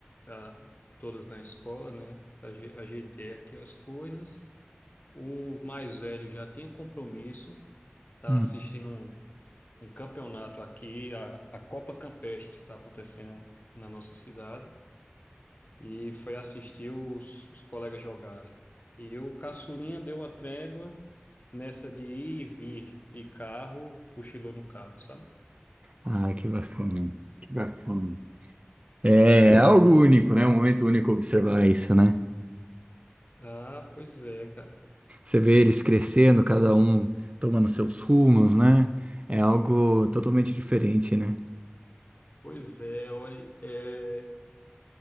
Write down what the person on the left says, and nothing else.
ah, todas na escola, né? Aje- Ajeitei aqui as coisas. O mais velho já tinha compromisso, tá
assistindo um, um campeonato aqui, a, a Copa Campestre está acontecendo na nossa cidade, e foi assistir os, os colegas jogarem. E o caçulinha deu uma trégua nessa de ir e vir de carro, cochilou no carro, sabe?
Ah, pois é, cara.
Pois é, olha, é,